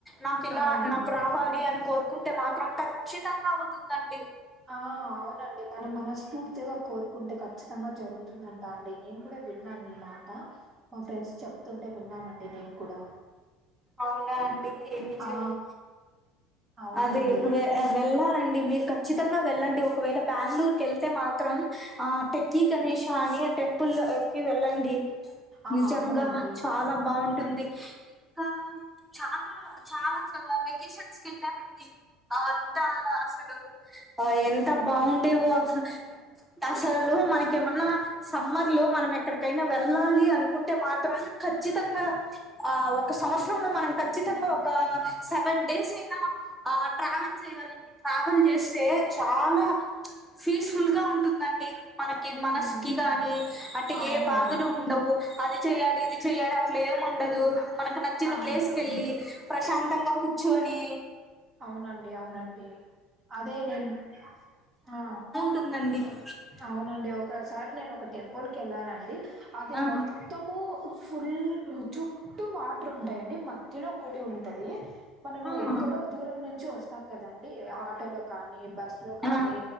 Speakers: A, in the centre; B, on the right.
A: నాకు ఇలా
B: అవునండి
A: నాకు రా కావాలి అని కోరుకుంటే మాత్రం ఖచ్చితంగా అవుతుందండి
B: ఆ అవునండి మనం మనస్ఫూర్తి తిగా కోరుకుంటే ఖచ్చితంగా జరుగుతుందంటా అండి నేను కూడా విన్నాను ఈ మాట మా ఫ్రెండ్స్ చెప్తుంటే విన్నానండి నేను కూడా
A: అవునా అండి నిజమె
B: ఆ! అవునండి.
A: అది వె వెళ్ళాలండి మీరు ఖచ్చితంగా వెళ్ళండి ఒకవేళ బెంగళూరుకి వెళ్తే మాత్ర మాత్రం ఆ టెకి గణేేశ అని టెంపుల్ కి వెళ్ళండి
B: ఆ!
A: నిజంగా
B: అవునండి.
A: చాలా బాగుంటుంది కా చాలా చాలా చ వెకేషన్స్ కి వెళ్ళానండి ఆ అంత అసలు ఆ ఎంత బాగుండేవో అసలు దసలు మనకేమన్నా సమ్మర్ లో మనం ఎక్కడికైనా వెళ్ళాలి అనుకు అనుకుంటే మాత్రం ఖచ్చితంగా ఆ ఒక సంవత్సరంలో మనం ఖచ్చితంగా ఒక సెవెన్ డేస్ అయినా ఆ ట్రావెల్ చేయాలండి ట్రావెల్ చేస్తే చాలా ఫీస్ ఫుల్ గా ఉంటుందండి మనకి
B: హ్మ్.
A: మనసుకిి గాని అంటే
B: అవునండి.
A: ఏ బాధలు ఉండవు అది చెయాలిది చెయాలి అట్లా ఏం ఉండదు మనకు నచ్చిన
B: ఆ!
A: ప్లేస్ కీ వెళ్ళి ప్రశాంతంగా కూర్చుని
B: అవునండి అవునండి అదే నేను ఆ
A: టుందండి ఇఫ్
B: అవునండి ఒకసారి నేను ఒక టెంపుల్ కు వెళ్ళానండి అది
A: ఆ
B: మొత్ మొత్తము ఫుల్ చుట్టూ వాటర్ ఉంటాయండి మధ్యలో గుడి ఉంటది మనము
A: ఆ.
B: ఎక్కడో దూరం నుంచి వస్ వస్తాం కదండీ ఆటోలో కానీ, బస్సులో కానీ,
A: ఆ